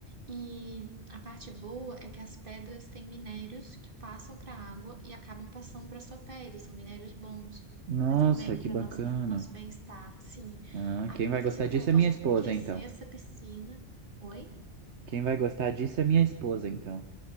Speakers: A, on the right (about 50°); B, on the right (about 75°).
A: E a parte boa é que as pedras têm minérios que passam para a água e acabam passando para sua pele. São minérios bons,
B: Nossa,
A: fazem bem
B: que
A: para
B: bacana.
A: nossa nosso bem-estar. Sim,
B: Ah,
A: A-
B: quem vai
A: você
B: gostar
A: também
B: disso
A: pode
B: é minha esposa,
A: aquecer
B: então.
A: essa piscina. Oi?
B: Quem vai gostar disso é minha esposa, então.